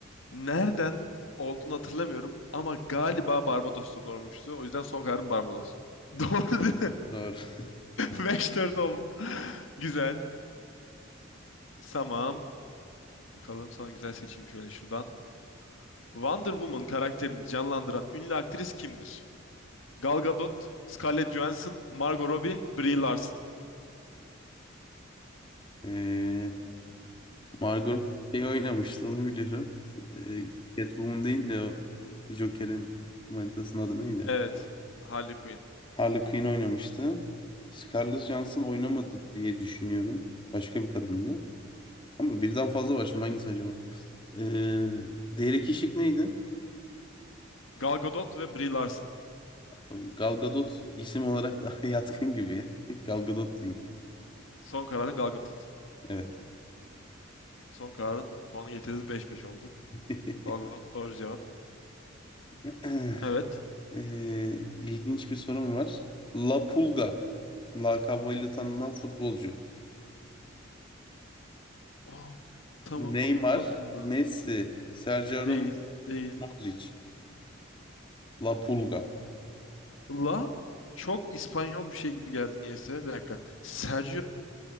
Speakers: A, on the left (about 70°); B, on the left (about 25°).
A: Nereden olduğunu hatırlamıyorum ama galiba Barbados'ta doğmuştu. O yüzden son kararım Barbados. <laughs> Doğru değil mi?
B: Doğru. <laughs>
A: <laughs> 5-4 oldu. Güzel. Tamam. Bakalım sana güzel seçeyim şöyle şuradan. Wonder Woman karakterini canlandıran ünlü aktris kimdir? Gal Gadot, Scarlett Johansson, Margot Robbie, Brie Larson.
B: Ee, Margot şey oynamıştı onu biliyorum. Ee, Catwoman değil de o Joker'in manitasının adı neydi?
A: Evet. Harley Quinn.
B: Harley Quinn oynamıştı. Scarlett Johansson oynamadı diye düşünüyorum. Başka bir kadındı. Ama birden fazla var şimdi hangisi acaba? Ee, Derek Işık neydi?
A: Gal Gadot ve Brie Larson.
B: Tabii Gal Gadot isim olarak daha <laughs> yatkın gibi ya. <laughs> Gal Gadot diyeyim.
A: Son kararın Gal Gadot.
B: Evet.
A: Son kararın puanı getirdi beş beş olduk.
B: <laughs>
A: Gal Gadot doğru cevap.
B: <clears throat>
A: Evet.
B: Eee ilginç bir sorum var. La Pulga lakabıyla tanınan futbolcu.
A: Wow. Tamam.
B: Neymar,
A: La Pulga.
B: Messi, Sergio
A: Değil.
B: Ramos,
A: Değil.
B: Modric. La Pulga.
A: La çok İspanyol bir şey gibi geldi niyeyse. Bir dakika. Sergio.